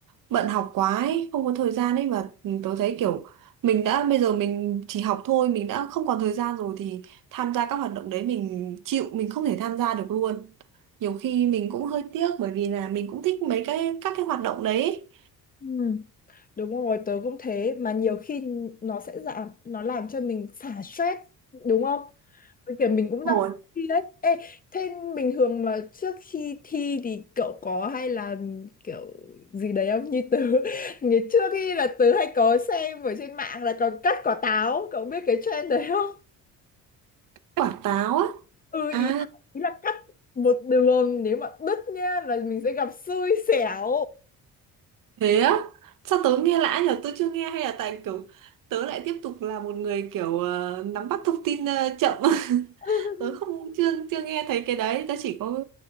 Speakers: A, on the right (about 65°); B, on the left (about 25°).
A: bận học quá ấy, không có thời gian ấy và tớ thấy kiểu mình đã bây giờ mình chỉ học thôi, mình đã không còn thời gian rồi thì tham gia các hoạt động đấy mình chịu, mình không thể tham gia được luôn. Nhiều khi mình cũng hơi tiếc bởi vì là mình cũng thích mấy cái các cái hoạt động đấy.
B: Ừ. Đúng rồi, tớ cũng thế mà nhiều khi nó sẽ giảm nó làm cho mình xả stress đúng không? Với kiểu mình cũng
A: Hồi
B: đang sắp thi đấy. Ê, thế bình thường mà trước khi thi thì cậu có hay là kiểu gì đấy không? Như tớ <laughs> ngày trước khi là tớ hay có xem ở trên mạng là còn cắt quả táo, cậu biết cái trend đấy không?
A: quả táo á.
B: Ừ
A: À
B: ý là, ý là cắt một đường nếu mà đứt nhá là mình sẽ gặp xui xẻo.
A: Thế á? Sao tớ nghe lạ nhở? Tớ chưa nghe hay là tại kiểu tớ lại tiếp tục là một người kiểu ờ, nắm bắt thông tin ờ, chậm. <laughs>
B: <laughs>
A: Tớ không chưa chưa nghe thấy cái đấy, tớ chỉ có